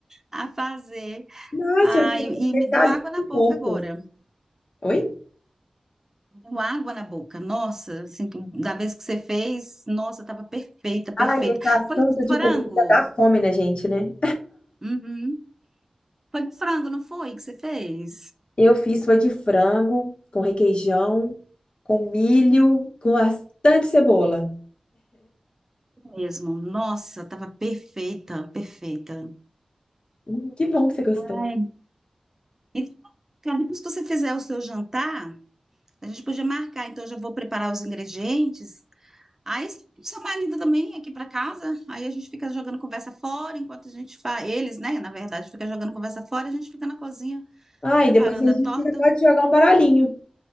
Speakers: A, on the right (about 20°); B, on the left (about 50°).
A: a fazer.
B: nossa,
A: Ai,
B: eu estou
A: e
B: especialista
A: me deu água na
B: em porcos.
A: boca agora.
B: Oi?
A: Me Deu água na boca. Nossa, assim, da vez que você fez, nossa, tava perfeita, perfeita.
B: Ai, esse assunto
A: Foi de
B: de
A: frango?
B: comida dá fome na gente, né?
A: Uhum. Foi com frango, não foi que você fez?
B: Eu fiz foi de frango, com requeijão, com milho, com bastante cebola.
A: Mesmo. Nossa, tava perfeita, perfeita.
B: Hum, que bom que você gostou.
A: Ai. Então, cara, depois que você fizer o seu jantar, a gente podia marcar. Então, eu já vou preparar os ingredientes. Aí, seu marido também aqui para casa. Aí a gente fica jogando conversa fora enquanto a gente faz. Eles, né? Na verdade, fica jogando conversa fora. A gente fica na cozinha
B: Ah,
A: preparando
B: e depois a gente
A: a torta.
B: ainda pode jogar um baralhinho.